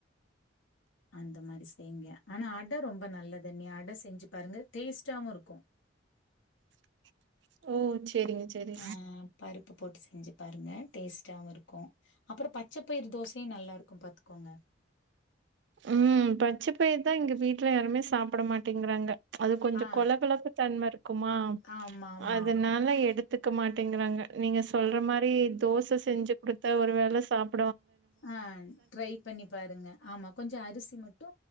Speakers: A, on the left; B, on the right.
A: அந்த மாரி செய்யங்க ஆனா அடை ரொம்ப நல்லத நீ அட செஞ்சி பாருங்க டேஸ்ட்டாவு இருக்கு
B: <inaudible> ஓ சேரிங்க சேரி
A: ஆ பருப்பு போட்டு செஞ்சி பாருங்க டேஸ்டாவு இருக்கு அப்புறோ பச்சைப்பயிர் தோசையு நல்லா இருக்கு பாத்துக்கோங்க
B: ம் பச்சை பயிர்தா இங்க வீட்டுல யாருமே சாப்பிட மாட்டேங்கிறாங்க அது கொஞ்சோ
A: ஆ
B: கொலகொலப்புதன்ம இருக்குமா
A: ஆமா ஆமா
B: அதனால எடுத் கத்துக்க மாட்டேங்கறாங்க நீங்க சொல்ற மாரி தோச செஞ்சி குடுத்த ஒரு வேல சாப்
A: ஆ ட்ரை பண்ணி பாருங்க ஆமா கொஞ்சோ அரிசி டி மட்டு